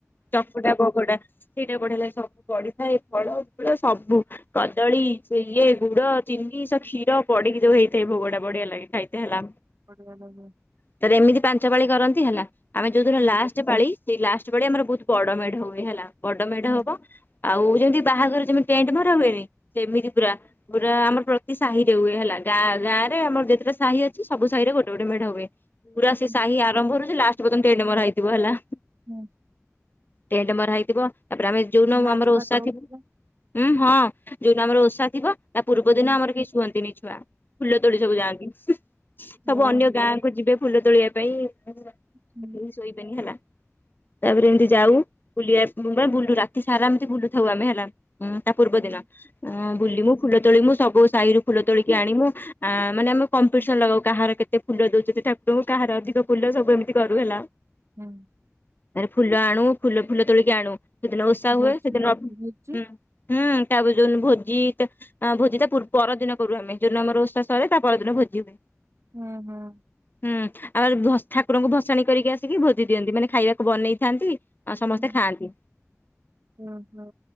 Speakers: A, on the left; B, on the right.
A: ଚକୁଡା ଭୋଗଟା ସେଇଟା ବଢେଇଲା ସବୁ ପଡ଼ିଥାଏ ଫଳ ସବୁ କଦଳୀ ସେ ଇଏ ଗୁଡ ଚିନି ସ କ୍ଷୀର ପଡିକି ଯୋଉ ହେଇଥାଏ, ଭୋଗଟା ବଢିଆ ଲାଗେ। ସେ ହେଲା
B: ବଢିଆ ଲାଗେ
A: ତାପରେ ଏମିତି ପାଞ୍ଚ ପାଳି କରନ୍ତି ହେଲା। ଆମେ ଯୋଉଦିନ
B: ହୁଁ।
A: ଲାଷ୍ଟ ପାଳି ସେଇ ଲାଷ୍ଟ ପାଳି ଆମର ବହୁତ ବଡ ମେଢ ହୁଏ ହେଲା। ବଡ ମେଢ
B: ହୁଁ
A: ହବ, ଆଉ ଯେମିତି ବାହାଘର ଯେମତି ଟେଣ୍ଟ ମରା ହୁଏନି ସେମିତି ପୁରା ପୁରା ଆମର ପ୍ରତି ସାହି ରେ ହୁଏ ହେଲା, ଗାଁ ଗାଁରେ ଆମର ଯେତେଟା ସାହି ଅଛି ସବୁ ସାହିରେ ଗୋଟେ ଗୋଟେ ମେଢ ହୁଏ। ପୁରା
B: ହୁଁ
A: ସେ ସାହି ଆରମ୍ଭ ରୁ ଯେ ଲାଷ୍ଟ ପର୍ଯ୍ୟନ୍ତ ଟେଣ୍ଡ୍ ମରା ହେଇଥିବ ହେଲା।
B: ହୁଁ
A: ଟେଣ୍ଟ୍ ମରା ହେଇଥିବ ତାପରେ ଆମେ ଯୋଉଦିନ
B: ନାଚ
A: ଆମର
B: ଫାଚ
A: ଓଷା
B: ହଉଥିଲା
A: ଥିବ। ଉଁ ହଁ ଯୋଉଦିନ ଆମର ଓଷା ଥିବ, ତା ପୂର୍ବ ଦିନ
B: ହୁଁ।
A: ଆମର କେହି ଶୁଅନ୍ତିନି ଛୁଆ। ଫୁଲ ତୋଳି ସବୁ ଯାଆନ୍ତି, ସବୁ
B: ଓ
A: ଅନ୍ୟ
B: ହୁଁ
A: ଗାଁ କୁ ଯିବେ ଫୁଲ ତୋଳିବା ପାଇଁ।
B: ହୁଁ
A: ଶୋଇବେନି ହେଲା। ତାପରେ ଏମିତି ଯାଉ ବୁଲିବା ପା ଆ ବୁଲୁ ରାତି ସାରା ଏମିତି ବୁଲୁଥାଉ ଆମେ ହେଲା? ହଁ ତା ପୂର୍ବ
B: ହୁଁ
A: ଦିନ ବୁଲିମୁ ଫୁଲ ତୋଳିମୁ ସବୁ ସାହିରୁ ଫୁଲ ତୋଳିକି ଆଣିମୁ ମାନେ ଆମେ କମ୍ପିଟିସନ ଲଗାଉ, କାହାର କେତେ ଫୁଲ ଦଉଛନ୍ତି ଠାକୁରଙ୍କୁ କାହାର ଅଧିକ ଫୁଲ ସବୁ ଏମିତି କରୁ ହେଲା,
B: ହୁଁ
A: ତାରେ ଫୁଲ ଆଣୁ ଫୁଲ ଫୁଲ ତୋଳିକି ଆଣୁ। ସେଦିନ ଓଷା
B: ଭୋଜି
A: ହୁଏ ସେଦିନ ହୁଁ
B: ଭୋଜି
A: ହୁ ତାପରେ ଯୋଉଦିନ ଭୋଜି ଟା ଅ ଭୋଜି ତା ପୁ ପରଦିନ କରୁ ଆମେ, ଯୋଉ ଦିନ ଆମର ଓଷା ସରେ ତା ପରଦିନ ଭୋଜି ହୁଏ।
B: ହୁଁ ହୁଁ।
A: ହୁଁ ଆମର ଭସ୍ ଠାକୁରଙ୍କୁ ଭସାଣି କରିକି ଆସିକି ଭୋଜି ଦିଅନ୍ତି, ମାନେ ଖାଇବାକୁ ବନେଇଥାନ୍ତି ଆଉ ସମସ୍ତେ
B: ହୁଁ
A: ଖାଆନ୍ତି।
B: ଓହୋ